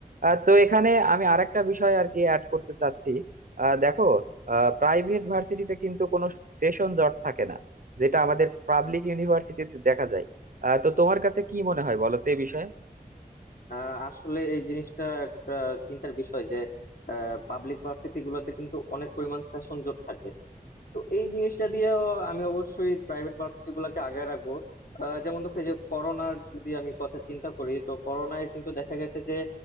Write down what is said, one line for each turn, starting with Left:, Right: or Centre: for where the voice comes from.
Right: আহ, তো এখানে আমি আরেকটা বিষয় আর কি অ্যাড করতে চাচ্ছি আহ, দেখো প্রাইভেট ভার্সিটিতে কিন্তু কোনো সেশন জট থাকে না যেটা আমাদের পাবলিক ইউনিভার্সিটিতে দেখা যায় আহ, তো তোমার কাছে কি মনে হয় বলো তো এই বিষয়ে
Left: আহ, আসলে এই জিনিসটা একটা চিন্তার বিষয় যে পাবলিক ভার্সিটি গুলোতে কিন্তু অনেক পরিমাণ সেশন জট থাকে তো এই জিনিসটা দিয়েও আমি অবশ্যই প্রাইভেট ভার্সিটি গুলাকে আগায় রাখবো আহ, যেমন দেখো এই যে করোনার যদি আমি কথা চিন্তা করি তো করোনায় কিন্তু দেখা গেছে যে